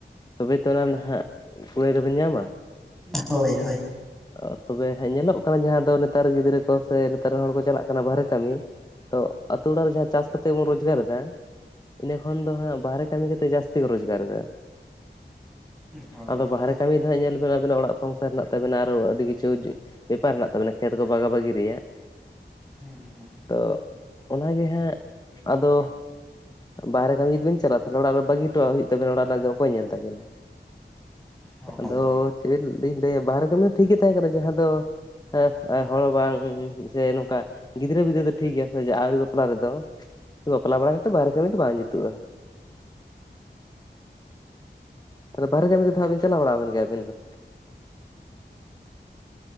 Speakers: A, on the left; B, in the centre.
A: ᱛᱚᱵᱮ ᱛᱚ ᱚᱱᱟ ᱱᱟᱦᱟᱜ ᱠᱩᱲᱟᱹᱭ ᱫᱚᱵᱮᱱ ᱧᱟᱢᱟ᱾
B: ᱦᱳᱭ ᱦᱳᱭ
A: ᱚ ᱛᱚᱵᱮ ᱦᱮᱸ ᱧᱮᱞᱚᱜ ᱠᱟᱱᱟ ᱡᱟᱦᱟᱸ ᱫᱚ ᱱᱮᱛᱟᱨ ᱜᱤᱫᱽᱨᱟᱹ ᱠᱚ ᱥᱮ ᱱᱮᱛᱟᱨ ᱨᱮᱱ ᱦᱚᱲ ᱠᱚ ᱪᱟᱞᱟᱜ ᱠᱟᱱᱟ ᱵᱟᱨᱦᱨᱮ ᱠᱟᱹᱢᱤ ᱛᱚ ᱟᱛᱳ ᱚᱲᱟᱜ ᱨᱮ ᱡᱟᱦᱟᱸ ᱪᱟᱥ ᱠᱟᱛᱮ ᱵᱚᱱ ᱨᱳᱡᱽᱜᱟᱨ ᱫᱟ ᱤᱱᱟᱹ ᱠᱷᱚᱱ ᱫᱚ ᱦᱟᱸᱜ ᱵᱟᱦᱨᱮ ᱠᱟᱹᱢᱤ ᱠᱟᱛᱮᱜ ᱡᱟᱹᱥᱛᱤ ᱠᱚ ᱨᱚᱡᱽᱜᱟᱨ ᱫᱟ᱾
B: ᱦᱳᱭ
A: ᱟᱫᱚ
B: ᱚᱱᱟ
A: ᱵᱟᱦᱨᱮ ᱠᱟᱹᱢᱤ ᱫᱚ ᱦᱟᱸᱜ ᱧᱮᱞ ᱟᱵᱮᱱᱟᱜ ᱚᱲᱟᱜ ᱥᱚᱝᱥᱟᱨ ᱦᱮᱸᱱᱟᱜ ᱛᱟᱵᱮᱱᱟ ᱟᱨᱚ ᱟᱹᱰᱤ ᱠᱤᱪᱷᱩ ᱵᱮᱯᱟᱨ ᱢᱮᱱᱟᱜ ᱛᱟᱵᱮᱱᱟ ᱠᱷᱮᱛ ᱠᱚ ᱵᱟᱜᱟ ᱵᱟᱜᱤ ᱨᱮᱭᱟᱜ᱾
B: ᱦᱩᱸ
A: ᱛᱚ ᱚᱱᱟᱜᱮ ᱦᱟᱸᱜ ᱟᱫᱚ ᱵᱟᱦᱨᱮ ᱠᱟᱹᱢᱤ ᱡᱩᱫᱤ ᱵᱮᱱ ᱪᱟᱞᱟᱜᱼᱟ ᱛᱟᱦᱚᱞ ᱚᱲᱟᱜ ᱵᱟᱹᱜᱤ ᱦᱚᱴᱣᱟᱜ ᱦᱩᱭᱩᱜ ᱛᱟᱵᱮᱱᱟ ᱚᱲᱟᱜ ᱨᱮᱱᱟᱜ ᱫᱚ ᱚᱠᱚᱭ ᱧᱮᱞ ᱛᱟᱮᱱᱟ᱾
B: ᱦᱳᱭ
A: ᱟᱫᱚ ᱪᱮᱫ ᱞᱤᱧ ᱞᱟᱹᱭᱟ ᱵᱟᱦᱨᱮ ᱠᱟᱹᱢᱤ ᱦᱚᱸ ᱴᱷᱤᱠ ᱜᱮ ᱛᱟᱦᱮᱸ ᱠᱟᱱᱟ ᱡᱟᱦᱟᱸ ᱫᱚ ᱦᱮᱸ ᱦᱚᱲ ᱵᱟᱝ ᱥᱮ ᱱᱚᱝᱠᱟ ᱜᱤᱫᱽᱨᱟᱹ ᱵᱤᱫᱟᱹᱞ ᱫᱚ ᱴᱷᱤᱠ ᱜᱮᱭᱟ ᱥᱮ ᱟᱹᱣᱨᱤ ᱵᱟᱯᱞᱟ ᱨᱮᱫᱚ᱾ ᱵᱟᱯᱞᱟ ᱵᱟᱲᱟ ᱠᱟᱛᱮᱜ ᱵᱟᱦᱨᱮ ᱠᱟᱹᱢᱤ ᱫᱚ ᱵᱟᱝ ᱡᱩᱛᱩᱜᱼᱟ᱾ ᱛᱟᱦᱞᱮ ᱵᱟᱦᱨᱮ ᱠᱟᱹᱢᱤ ᱠᱚᱫᱚ ᱦᱟᱸᱜ ᱵᱤᱱ ᱪᱟᱞᱟᱣ ᱵᱟᱲᱟ ᱟᱠᱟᱱ ᱜᱮᱭᱟ ᱟᱵᱤᱱ ᱫᱚ?